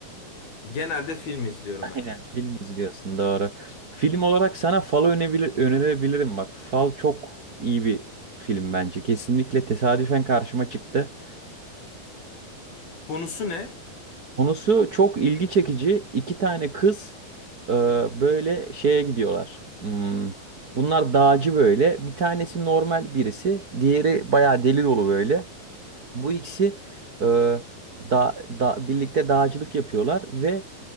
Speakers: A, on the left; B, on the right.
A: Genelde film izliyorum
B: <laughs>
A: evet.
B: Aynen film izliyorsun doğru. Film olarak sana Fal'ı önebilir, önerebilirim bak. Fal çok iyi bir film bence. Kesinlikle tesadüfen karşıma çıktı.
A: Konusu ne?
B: Konusu çok ilgi çekici. İki tane kız e, böyle şeye gidiyorlar. Hmm, Bunlar dağcı böyle. Bir tanesi normal birisi. Diğeri bayağı deli dolu böyle. Bu ikisi e, da, da, birlikte dağcılık yapıyorlar ve